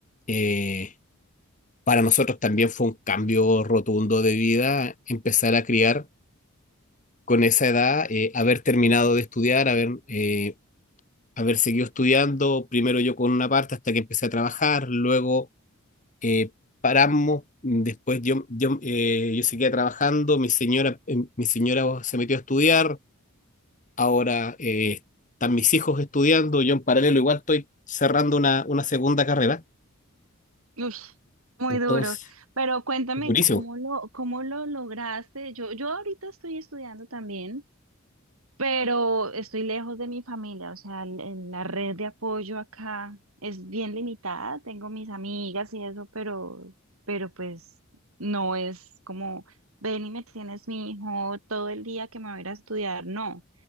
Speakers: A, on the left; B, on the right.
A: Eh, para nosotros también fue un cambio rotundo de vida empezar a criar con esa edad, eh, haber terminado de estudiar, haber, eh, haber seguido estudiando, primero yo con una parte hasta que empecé a trabajar, luego eh, paramos, mm, después yo, yo, eh, yo seguía trabajando, mi señora, eh, mi señora se metió a estudiar, ahora eh, están mis hijos estudiando, yo en paralelo igual estoy cerrando una, una segunda carrera,
B: Uy, muy
A: entonces
B: duro. Pero cuéntame
A: es durísimo.
B: cómo lo, cómo lo lograste. Yo, yo ahorita estoy estudiando también pero estoy lejos de mi familia, o sea, el- el- la red de apoyo acá es bien limitada, tengo mis amigas y eso, pero, pero pues no es como, ven y me tienes mi hijo todo el día que me voy a ir a estudiar, no.